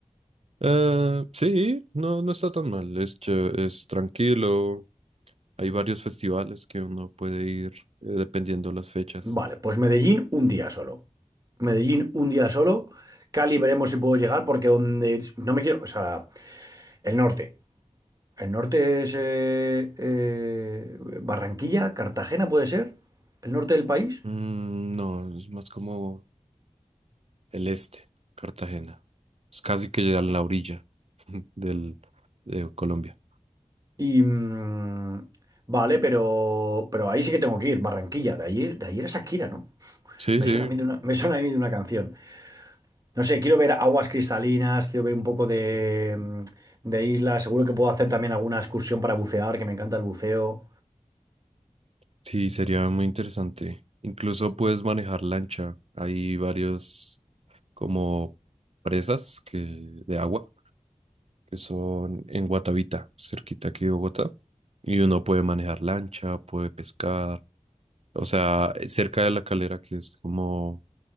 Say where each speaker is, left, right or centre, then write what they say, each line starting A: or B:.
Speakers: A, on the right (about 55°); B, on the right (about 30°).
A: Eh, sí, no, no está tan mal. Es, ch- es tranquilo. Hay varios festivales que uno puede ir eh, dependiendo las fechas.
B: Vale, pues Medellín un día solo. Medellín un día solo. Cali veremos si puedo llegar porque donde no me quiero, o sea, el norte. El norte es eh, eh, Barranquilla, Cartagena puede ser, el norte del país.
A: Mm, no, es más como el este, Cartagena. Es casi que ya en la orilla del, de Colombia.
B: Y mm, vale, pero, pero ahí sí que tengo que ir, Barranquilla, de ahí, de ahí era Shakira, ¿no?
A: Sí,
B: Me
A: sí,
B: suena a mí de una, me suena a mí de una canción. No sé, quiero ver aguas cristalinas, quiero ver un poco de, mm, de islas, seguro que puedo hacer también alguna excursión para bucear, que me encanta el buceo.
A: Sí, sería muy interesante. Incluso puedes manejar lancha. Hay varios como presas que, de agua que son en Guatavita, cerquita aquí de Bogotá. Y uno puede manejar lancha, puede pescar. O sea, eh, cerca de la calera, que es como